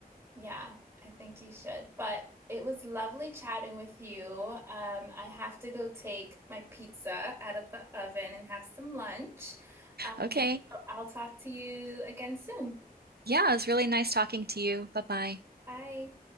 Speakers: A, on the right (about 20°); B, on the right (about 85°).
A: Yeah, I think you should. But it was lovely chatting with you. Um, I have to go take my pizza out of the oven and have some lunch. Um,
B: Okay.
A: so I'll talk to you again soon.
B: Yeah, it was really nice talking to you. Bye bye.
A: Bye.